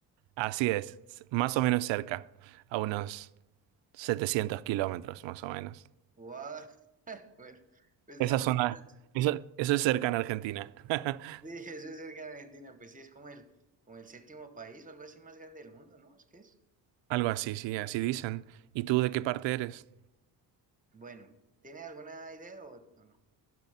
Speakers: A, on the right; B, on the right.
A: Así es, más o menos cerca, a unos 700 kilómetros más o menos.
B: Guau. <laughs> Bueno, pues
A: Esa
B: tampoco
A: zona,
B: es tan-
A: eso, eso es cerca en Argentina. <laughs>
B: Sí, eso es cerca de Argentina, pues sí, es como el, como el séptimo país o algo así más grande del mundo, ¿no? Es que es.
A: Algo así, sí, así dicen. ¿Y tú de qué parte eres?
B: Bueno, ¿tiene alguna idea o, o no?